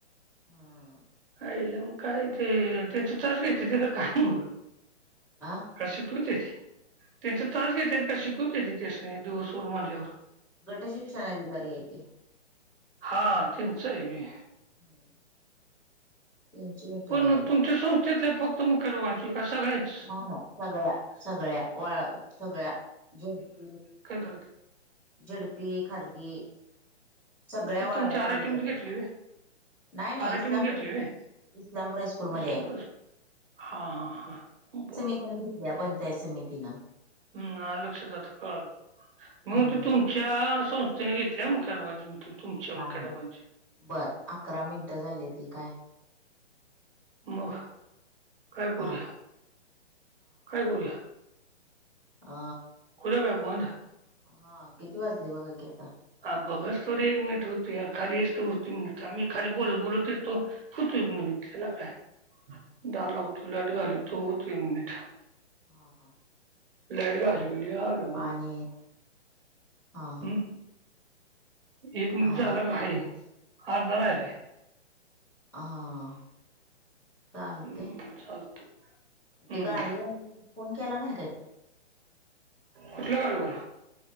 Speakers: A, in the centre; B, on the right.
A: हम्म.
B: आईला मग काय ते त्यांची तास घेत्याती काय मग?
A: आ?
B: काय शिकवतीस? त्यांच तास घेत्याती काय शिकवतीेते त्यासनी दिवसभर म्हणल्यावर.
A: गट शिक्षणा अधिकारी आहेत ते.
B: हा त्यांच हाय व्हय.
A: <inaudible> त्यांची मिटिंग
B: पण
A: आहे उद्या
B: तुमच्या संस्थेतल्या फक्त मुख्य दोघांची का सगळ्यांची?
A: हो ना? सगळ्या - सगळ्या वाळ सगळ्या झेडपी
B: केंद्रतली --
A: झेडपी, खजगी सगळ्या
B: ते
A: वाळव्या
B: तुमच्या आर
A: तालुक्यातल्या.
B: आय टी मध्ये घेतली व्हय
A: नाही नाही
B: आर आय
A: इस्लामपूर
B: टी मध्ये घेतली व्हय
A: इस्लामपूर हायस्कूल मध्ये
B: इस्लाम
A: आहे.
B: प्रस हा हा हा बर
A: ती पण घेतल्या पंचायत समितीन.
B: हम् आल लक्षात आता कळाल म
A: हम्म
B: त तुमच्या संस्थेने घेतल्या मुख्य दोघांची की तुमच्या
A: काय
B: मुख्य दोघांची
A: नाही. बर अकरा मिनटं झाले ती काय?
B: मग काय
A: हा
B: करूया? काय करूया?
A: आ
B: करूया काय बंद.
A: हा किती वाजले बघा की आता.
B: हा बघस तवर एक मिनिट होतुया खाली येऊस तवर मिनिट थांब मी खाली बोलत बोलत येतो. होतुय एक मिनिट तेला काय? दार लावतो. लाईट घालवतो. होतोय मिनिट.
A: हा.
B: लाईट घालवली आलो.
A: आणि हा
B: हम्म
A: हा.
B: एक मिंट
A: हा
B: झालं काय हाय? अर्धा राहिलाय.
A: हा. चालतय.
B: हम्म चालत हम्म
A: ते गाडी वाल फोन केला नाही काय?
B: कुठल गाडवर.